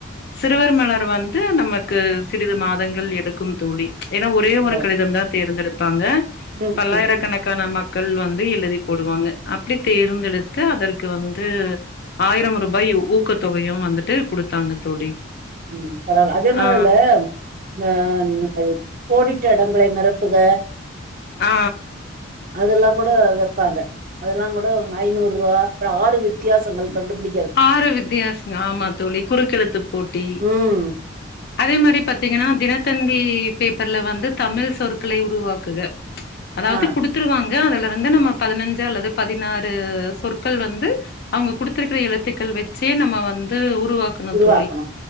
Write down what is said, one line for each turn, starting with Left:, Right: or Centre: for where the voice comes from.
Left: சிறுவர் மலர் வந்து நமக்கு சிறிது மாதங்கள் எடுக்கும் தோழி ஏனா ஒரே ஒரு
Right: ஓ.
Left: கடிதம் தா தேர்ந்தெடுப்பாங்க
Right: ம்
Left: பல்லாயிரக்கணக்
Right: ம்
Left: கான மக்கள் வந்து எழுதி போடுவாங்க அப்டி தேர்ந்தெடுத்து அதற்கு வந்து ஆயிரம் ரூபாய் ஊக்கத்தொகையு வந்துட்டு குடுத்தாங்க தோழி
Right: ம் பரவால்ல அதே மாரி
Left: ஆ
Right: அதுல ந நா கோடிட்ட எடங்களை நெரப்புக
Left: ஆ
Right: அதெல்லா கூட வெப்பாங்க அதெல்லா கூட ஐநூறு ரூவா அப்றோ ஆறு வித்தியாசங்கள் கண்டுபிடி
Left: ஆறு வித்தியாசங்க ஆமா தோழி குறுக்கெழுத்து போட்டி
Right: ம்
Left: அதே மாரி பாத்தீங்கன்னா தினத்தந்தி பேப்பர்ல வந்து தமிழ் சொற்களை உருவாக்குக அதாவ்து
Right: ஆ
Left: குடு த்துருவாங்க அதுல வந்து நம்ம பதினஞ்சு அல்லது பதினாறு சொற்கள் வந்து அவுங்க குடுத்திருக்கிற எழுத்துக்கள் வச்சே நம்ம வந்து உருவாக்கணு
Right: உருவாக்கணு
Left: தோழி